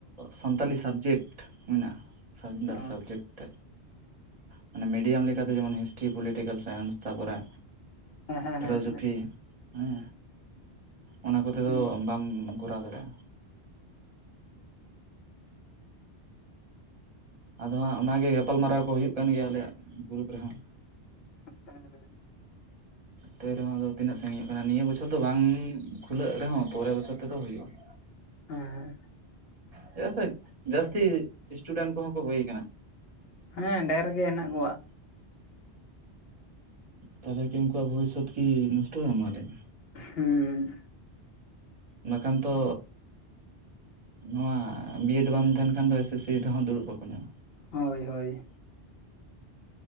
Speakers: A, on the right (about 35°); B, on the left (about 65°).
A: ᱥᱟᱱᱛᱟᱞᱤ ᱥᱟᱵᱡᱮᱠᱴ ᱢᱮᱱᱟᱜᱼᱟ ᱥᱟᱱᱛᱟᱲ
B: ᱚ
A: ᱥᱟᱵᱡᱮᱠᱴ ᱛᱮᱫ ᱢᱟᱱᱮ ᱢᱤᱰᱤᱭᱟᱢ ᱞᱮᱠᱟᱛᱮ ᱡᱮᱢᱚᱱ ᱦᱤᱥᱴᱨᱤ, ᱯᱚᱞᱤᱴᱤᱠᱮᱞ ᱥᱟᱭᱮᱱᱥ ᱛᱟᱨᱯᱚᱨᱮ
B: ᱦᱮᱸ ᱦᱮᱸ ᱦᱮᱸ
A: ᱯᱷᱤᱞᱳᱡᱚᱯᱷᱤ ᱦᱩᱸ ᱚᱱᱟ ᱠᱚᱛᱮ
B: ᱦᱮᱸ
A: ᱫᱚ ᱵᱟᱢ ᱠᱚᱨᱟᱣ ᱫᱟᱲᱮᱭᱟᱜᱼᱟ ᱟᱫᱚ ᱦᱟᱸᱜ ᱚᱱᱟᱜᱮ ᱜᱟᱯᱟᱞᱢᱟᱨᱟᱣ ᱠᱚ ᱦᱩᱭᱩᱜ ᱠᱟᱱ ᱜᱮᱭᱟ ᱟᱞᱮᱭᱟᱜ ᱜᱨᱩᱯ ᱨᱮᱦᱚᱸ
B: <unintelligible>
A: ᱛᱮ ᱨᱮᱦᱚᱸ ᱟᱫᱚ ᱛᱤᱱᱟᱹᱜ ᱥᱟᱺᱜᱤᱧᱚᱜ ᱠᱟᱱᱟ ᱱᱤᱭᱟᱹ ᱵᱚᱪᱷᱚᱨ ᱫᱚ ᱵᱟᱝ ᱠᱷᱩᱞᱟᱹᱜ ᱨᱮᱦᱚᱸ ᱯᱚᱨᱮ ᱵᱚᱪᱷᱚᱨ ᱛᱮᱫᱚ ᱦᱩᱭᱩᱜᱼᱟ <inaudible>
B: ᱦᱮᱸ
A: ᱪᱮᱫᱟᱜ ᱥᱮ ᱡᱟᱹᱥᱛᱤ ᱥᱴᱩᱰᱮᱱᱴ ᱠᱚᱦᱚᱸ ᱠᱚ ᱦᱩᱭ ᱠᱟᱱᱟ
B: ᱦᱮᱸ ᱰᱷᱮᱨ ᱜᱮ ᱦᱮᱱᱟᱜ ᱠᱚᱣᱟ
A: ᱛᱟᱦᱚᱞᱮ ᱠᱤ ᱩᱱᱠᱩᱣᱟᱜ ᱵᱷᱚᱵᱤᱥᱥᱚᱛ ᱠᱤ ᱱᱚᱥᱴᱚᱜ-ᱟ ᱢᱟ ᱞᱟᱹᱭᱢᱮ?
B: ᱦᱩᱸ ᱦᱩᱸ
A: ᱵᱟᱠᱷᱟᱱ ᱛᱚ ᱱᱚᱣᱟ ᱵᱤᱭᱮᱰ ᱵᱟᱝ ᱛᱟᱦᱮᱱ ᱠᱷᱟᱱ ᱫᱚ ᱮᱥᱮᱥᱥᱤ ᱨᱮᱦᱚᱸ ᱫᱩᱲᱩᱵ ᱵᱟᱠᱚ ᱧᱟᱢᱟ
B: ᱦᱳᱭ ᱦᱳᱭ